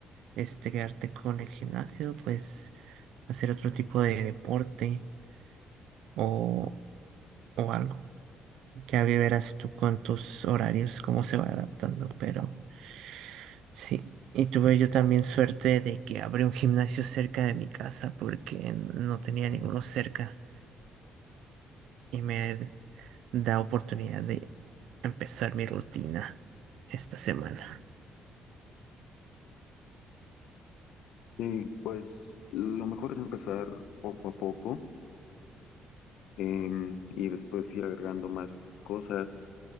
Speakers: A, on the right (about 80°); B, on the left (about 85°).
A: este quedarte con el gimnasio, pues hacer otro tipo de deporte o, o algo. Ya verás tú con tus horarios cómo se va adaptando, pero sí. Y tuve yo también suerte de que abrí un gimnasio cerca de mi casa porque no tenía ninguno cerca y me da oportunidad de empezar mi rutina esta semana.
B: sí pues lo mejor es empezar poco a poco em, y después ir agregando más cosas